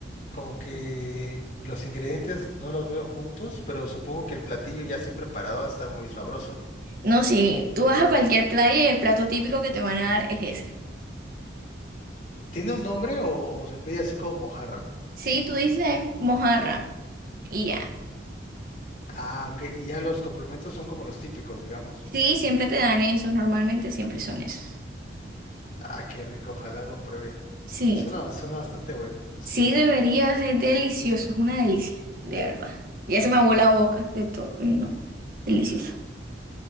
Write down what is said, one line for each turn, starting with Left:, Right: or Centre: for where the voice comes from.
Left: como que los ingredientes no los veo juntos, pero supongo que el platillo ya así preparado va a estar muy sabroso.
Right: No, sí, tú vas a cualquier playa y el plato típico que te van a dar es ese.
Left: ¿Tiene un nombre o, o se pide así como mojarra?
Right: Sí, tú dices mojarra y ya.
Left: Ah, ok. Y ya los complementos son como los típicos, digamos.
Right: Sí, siempre te dan esos, normalmente siempre son esos.
Left: Ah, qué rico, ojalá lo pruebe.
Right: Sí.
Left: Suena, suena bastante bueno, sí,
Right: Sí,
Left: sí.
Right: deberías. Es delicioso, es una delicia, de verdad. Ya se me aguó la boca de todo, y no, delicioso.